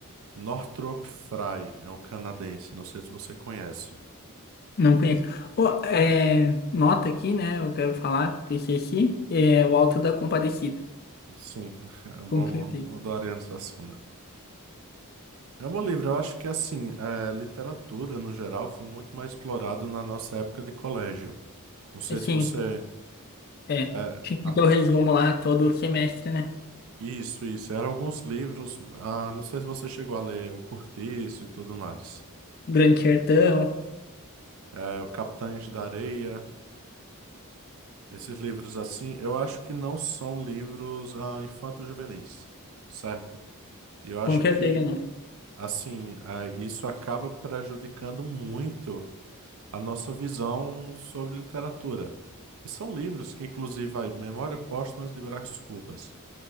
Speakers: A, on the right; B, on the left.
A: Northrop Frye, é um canadense, não sei se você conhece.
B: não conheço. Ô, é, nota aqui, né, eu quero falar, PCC, é o Alto da Compadecida,
A: Sim, <laughs> é bom,
B: com certeza.
A: bom- adorando Suassuna. É um bom livro, eu acho que assim, é, literatura no geral foi muito mais explorado na nossa época de colégio. Não sei
B: É, Sim,
A: se você.
B: é.
A: é,
B: Tinha
A: a-
B: que dar o resumo lá todo semestre, né?
A: isso, isso. Eram alguns livros, ah, não sei se você chegou a ler O Cortiço e tudo mais.
B: Grande Sertão,
A: É, o Capitães da Areia, esses livros assim, eu acho que não são livros ah, infanto-juvenis, certo? E eu acho
B: com certeza
A: que,
B: não.
A: assim, ah, isso acaba prejudicando muito. a nossa visão sobre literatura. E são livros que, inclusive, aí, Memória Póstuma de Brás Cubas.